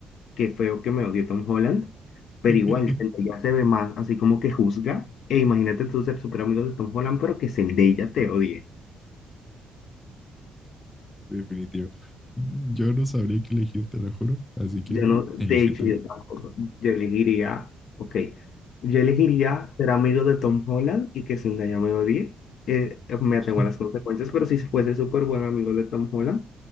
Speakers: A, on the left (about 75°); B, on the left (about 15°).
A: qué feo que me odie Tom Holland, pero
B: <laughs>
A: igual Zendaya se ve más así como que juzga, e imagínate tú ser súper amigo de Tom Holland, pero que Zendaya te odie.
B: Definitivo. Yo no sabría qué elegir, te lo juro. Así que
A: Yo no, de
B: elige
A: hecho,
B: tú.
A: yo tampoco. Yo elegiría, ok, yo elegiría ser amigo de Tom Holland y que Zendaya me odie. Eh, me atengo
B: <laughs>
A: a las consecuencias, pero si fuese súper buen amigo de Tom Holland,